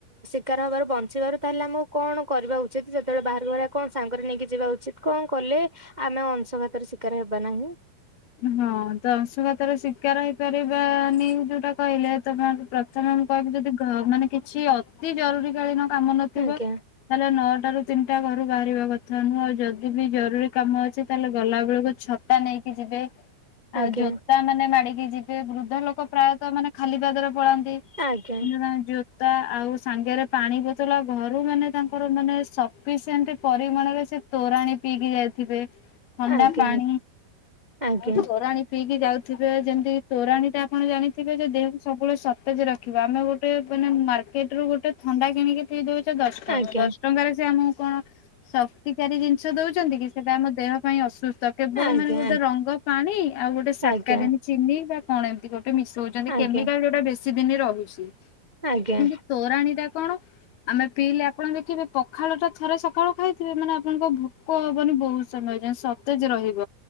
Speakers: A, on the right; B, on the left.
A: ଶିକାର ହବାରୁ ବଞ୍ଚିବାରୁ ତାହେଲେ ଆମକୁ କଣ କରିବା ଉଚିତ୍ ଯେତେବେଳେ ବାହାରକୁ ବାହାରିବା କଣ ସାଙ୍ଗରେ ନେଇକି ଯିବା ଉଚିତ। କଣ କଲେ ଆମେ ଅଂଶଘାତରୁ ଶିକାର ହେବା ନାହିଁ।
B: ହଁ ତ ଅଂଶୁଘାତ ରେ ଶିକାର ହେଇପାରିବାନି ଯୋଉଟା କହିଲେ ତମେ ମାନେ ତମେ ମୁଁ କହିବି ଯଦି କିଛି ମାନେ କିଛି ଅତି ଜରୁରୀ କାଳୀନ କାମ ନଥିବ
A: ଆଜ୍ଞା।
B: ତାହେଲେ ନଅଟା ରୁ ତିନିଟା ଘରୁ ବାହାରିବା କଥା ନୁହଁ ଆଉ ଯଦି ବି ଜରୁରୀ କାମ ଅଛି ତାହେଲେ ଗଲା ବେଳକୁ ଛ ତା ନେଇକି ଯିବେ। ଆଉ
A: ଆଜ୍ଞା
B: ଜୋତା ମାନେ ମାଡିକି ଯିବେ ବୃଦ୍ଧ ଲୋକ ପ୍ରାୟତଃ ମାନେ ଖାଲି ପାଦରେ ପଳାନ୍ତି। <unintelligible>
A: ଆଜ୍ଞା
B: ଜୋ ତା ଆଉ ସାଙ୍ଗରେ ପାଣି ବୋତଲ ଆଉ ଘରୁ ମାନେ ତାଙ୍କର ମାନେ ସଫିସିଏଣ୍ଟ ପରିମାଣରେ ସେ ତୋରାଣି ପିଇକି ଯାଇଥିବେ ଥଣ୍ଡା
A: ଆଜ୍ଞା
B: ପାଣି
A: ଆଜ୍ଞା
B: ଆଉ ତୋରାଣି ପିଇକି ଯାଉଥିବେ। ଯେମିତି ତୋରାଣି ଟା ଆପଣ ଜାଣିଥିବେ ଯେ ଦେହକୁ ସବୁବେଳେ ସତେଜ ରଖି ଦେଖିବା ଆମେ ଗୋଟେ ମାନେ ମାର୍କେଟ ରୁ ଗୋଟେ ଥଣ୍ଡା କିଣିକି ପିଇ ଦଉ ଛେ ଦଶ ଟଙ୍କା
A: ଆଜ୍ଞା
B: ଦଶ ଟଙ୍କାରେ ସେ ଆମକୁ କଣ ଶକ୍ତିକାରୀ ଜିନିଷ ଦଉଛନ୍ତି କି ସେଇଟା ଆମ ଦେହ ପାଇଁ ଅସୁସ୍ଥ କେବଳ
A: ଆଜ୍ଞା
B: ମାନେ ଗୋଟେ ର ପାଣି ଆଉ ଗୋଟେ ସାକାରିନୀ
A: ଆଜ୍ଞା
B: ଚିନି ବା କଣ ଏମିତି ଗୋଟେ ମିଶଉଛନ୍ତି
A: ଆଜ୍ଞା
B: କେମିକାଲ ଯୋଉଟା ବୀ କିଛି ଦିନ ରହୁଛି
A: ଆଜ୍ଞା
B: କିନ୍ତୁ
A: ଆଜ୍ଞା
B: ତୋର ପାଣି ଟା କଣ ଆମେ ପିଇଲେ ଆପଣ ଦେଖିବେ ପଖାଳ ଟା ଥରେ ସକାଳୁ ଖାଇଥିବେ ମାନେ ଆପଣଙ୍କ ଭୋ କ ହବନି ବହୁତ ସମୟ ଯାଏଁ ସତେଜ ରହିବ